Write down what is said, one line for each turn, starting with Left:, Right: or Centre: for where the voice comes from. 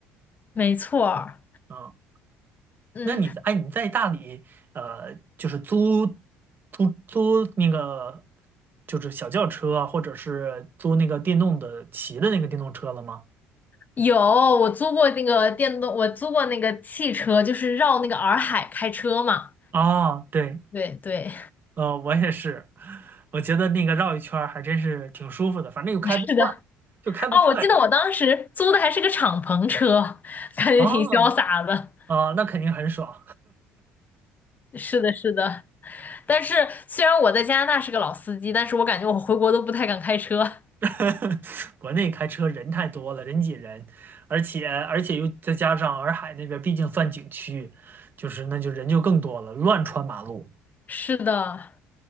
Left: 没错儿。
Right: 啊。
Left: 嗯，
Right: 那你在哎你在大理呃，就是租租租那个就是小轿车啊，或者是租那个电动的骑的那个电动车了吗？
Left: 有，我租过那个电动，我租过那个汽车，就是绕那个洱海开车嘛。
Right: 啊，对，
Left: 对对，
Right: 呃，我也是，我觉得那个绕一圈儿还真是挺舒服的，反正又开不快，
Left: <laughs> 是的。
Right: 就开不快。
Left: 哦，我记得我当时租的还是个敞篷车，感觉挺潇洒的。
Right: 哦，啊、那肯定很爽。
Left: 是的，是的。但是虽然我在加拿大是个老司机，但是我感觉我回国都不太敢开车。<laughs>
Right: <laughs> 国内开车人太多了，人挤人，而且而且又再加上洱海那边毕竟算景区，就是那就人就更多了，乱穿马路。
Left: 是的，